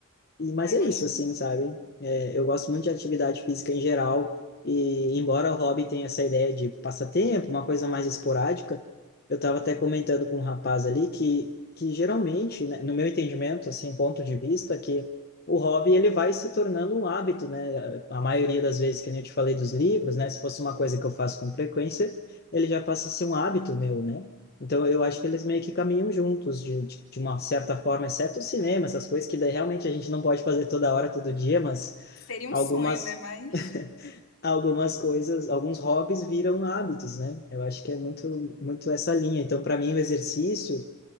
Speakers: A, on the left; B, on the left.
A: E, mas
B: Ai,
A: é
B: gosto
A: isso, assim,
B: muito.
A: sabe? É, eu gosto muito de atividade física em geral, e embora o hobby tenha essa ideia de passatempo, uma coisa mais esporádica, eu estava até comentando com um rapaz ali que, que geralmente, né, no meu entendimento, assim, ponto de vista, que o hobby ele vai se tornando um hábito, né? A maioria das vezes, que nem eu te falei dos livros, né? Se fosse uma coisa que eu faço com frequência, ele já passa a ser um hábito meu, né? Então, eu acho que eles meio que caminham juntos, de, de, de uma certa forma, exceto o cinema, essas coisas que daí realmente a gente não pode fazer toda hora, todo dia, mas
B: Seria
A: algumas,
B: um sonho, né? Mas...
A: <laughs> algumas coisas, alguns hobbies viram hábitos, né? Eu acho que é muito, muito essa linha. Então, para mim, o exercício,